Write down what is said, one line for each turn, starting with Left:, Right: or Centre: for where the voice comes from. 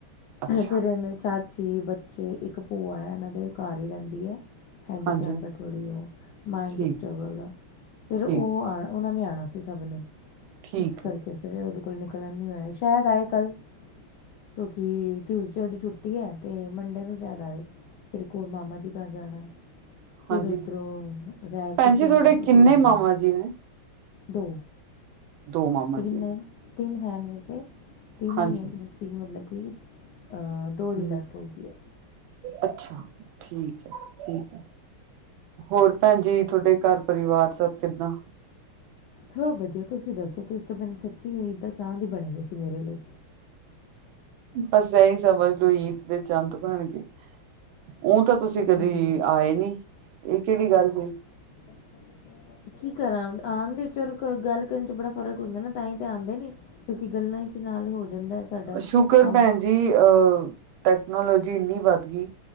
Right: ਅੱਛਾ
Left: ਫੇਰ ਇਨੇ ਚਾਚੀ, ਬੱਚੇ, ਇੱਕ ਭੂਆ ਆ, ਇਨਾਂ ਦੇ ਘਰ ਹੀ ਰਹਿੰਦੀ ਆ। ਹੈਂਡੀਕੈਂਪ
Right: ਹਾਂਜੀ
Left: ਆ ਥੋੜ੍ਹੀ ਓ ਮਾਈਂਡ
Right: ਠੀਕ
Left: ਡਿਸਟਰਬ ਆ ਓਦਾਂ ਫਿਰ ਓ
Right: ਠੀਕ
Left: ਆਉ ਉਨਾਂ ਨੇ ਆਂਣਾ ਸੀ ਸਭ ਨੇ।
Right: ਠੀਕ
Left: ਇਸ ਕਰਕੇ
Right: ਆ
Left: ਫਿਰ ਉਦੇ ਕੋਲ ਨਿਕਲਣ ਨੀ ਹੋਇਆ। ਸ਼ਾਇਦ ਆਏ ਕੱਲ। ਕਿਉਂਕੀ ਟਿਊਜ਼ਡੇ ਦੀ ਛੁੱਟੀ ਹੈ। ਅਤੇ ਮੰਡੇ ਨੂੰ ਜਾਣਾ ਏ। ਫੇਰ ਕੋਲ ਮਾਮਾ ਜੀ ਘਰ ਜਾਣਾ ਹੈ। ਫਿਰ
Right: ਹਾਂਜੀ
Left: ਉਧਰੋਂ ਰਹਿ
Right: ਭੈਣ
Left: ਕੇ,
Right: ਜੀ
Left: ਫਿਰ
Right: ਤੁਹਾਡੇ ਕਿੰਨੇ
Left: ਟਿਊਜ਼ਡੇ
Right: ਮਾਮਾ ਜੀ ਨੇ।
Left: ਦੋ
Right: ਦੋ ਮਾਮਾ
Left: ਤਿੰਨ
Right: ਜੀ ਨੇ
Left: ਹੈਂ ਤਿੰਨ ਹੈ ਵੈਸੇ। ਤਿੰਨ
Right: ਹਾਂਜੀ
Left: ਹੀ ਹੈ ਮਤਲਬ ਕਿ ਅ ਦੋ
Right: ਹੂੰ
Left: ਦੀ ਡੈਥ ਹੋ ਗਈ ਹੈ।
Right: ਅੱਛਾ, ਠੀਕ ਹੈ, ਠੀਕ ਹੈ। ਹੋਰ ਭੈਣ ਜੀ, ਤੁਹਾਡੇ ਘਰ ਪਰਿਵਾਰ ਸਭ ਕਿੱਦਾਂ?
Left: ਸਭ ਵਧੀਆ, ਤੁਸੀਂ ਦੱਸੋ? ਤੁਸੀਂ ਤੋਂ ਮੈ, ਸੱਚੀ ਈਦ ਦਾ ਚੰਦ ਹੀ ਬਣੇ ਪਏ ਸੀ ਮੇਰੇ ਲਈ।
Right: ਬਸ ਇਹੀ ਸਮਝ ਲੋਓ ਈਦ ਦੇ ਚੰਦ ਬਣ ਗਏ। ਉਂ ਤਾਂ ਤੁਸੀਂ
Left: ਇੰਨੇ
Right: ਕਦੇ
Left: ਦਿਨ
Right: ਆਏ ਨੀ। ਇਹ ਕਿਹੜੀ ਗੱਲ ਹੋਈ।
Left: <unintelligible> ਕੀ ਕਰਾਂ ਆਣਦੇ ਵਿਚ ਗੱਲ ਕਰਨ ਚ ਬੜਾ ਫ਼ਰਕ ਹੁੰਦਾ ਨਾ ਤਾਂ ਹੀ ਤਾਂ ਆਉਂਦੇ ਨੀ। ਕਿਉਂਕਿ ਗੱਲਾਂ ਚ ਨਾਲ ਹੋ ਜਾਂਦਾ ਹੈ ਸਾਡਾ
Right: ਸ਼ੁਕਰ
Left: ਕੰਮ।
Right: ਭੈਣ ਜੀ ਅਹ ਟੈਕਨੋਲੋਜੀ ਇੰਨੀ ਵੱਧ ਗਈ।